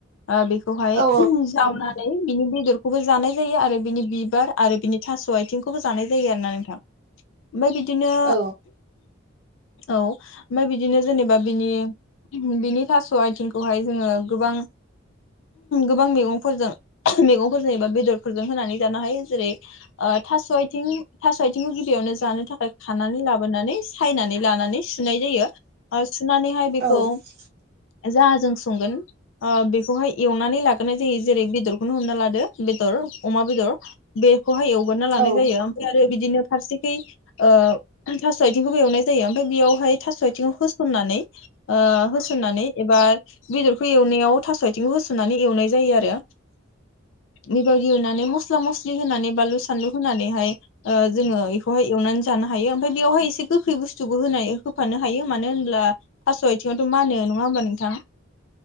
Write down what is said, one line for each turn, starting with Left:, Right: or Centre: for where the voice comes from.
Left: ओ बेखौहाय
Right: औ
Left: जावनानै बिनि बेदर खौबो जानाय जायो आरो बिनि बिबार आरो बिनि थास' आथिंखौबो जानाय जायो आरोना नोंथां। ओमफ्राय बिदिनो
Right: औ
Left: औ ओमफ्राय बिदिनो जेनेबा बिनि बिनि थास' आइथिंखौहाय जोङो गोबां गोबां मैगंफोरजों मैगंफोरजों एबा बेदरफोरजों होनानै जानो हायो जेरै ओ थास' आथिं थास' आथिंखौ गिबियावनो जानो थाखाय खानानै लाबोनानै सायनानै लानानै सुनाय जायो। सुनानैहाय बेखौ
Right: औ
Left: जाहाजों संगोन बेखौहाय एवनानै लाग्रोनाय जायो जेरै बेदरखौनो हमना लादो बेदर अमा बेदर‌ बे खौहाय एवगारना लानाय
Right: औ
Left: जायो ओमफ्राय आरो बिदिनो फारसेखै ओ थास' आथिंखौबो एवनाय जायो ओमफ्राय बेयावहाय थास' आथिं होसननानै ओ होसननानै एबा बेदरखौ एवनायाव थास' आथिंखौ होसननानै एवनाय जायो आरो बेबादि एवनानै मस मस्ला मस्लि होनानै बानलु सानलु होनानैहाय ओ जोङो बेखौहाय एवनानै जानो हायो ओमफफ्राय बेयावहाय एसे गोखै बुस्थुबो होन होफानो हायो मानो होनब्ला थास' आथिङावथ' मानो नङा होमबा नोंथां?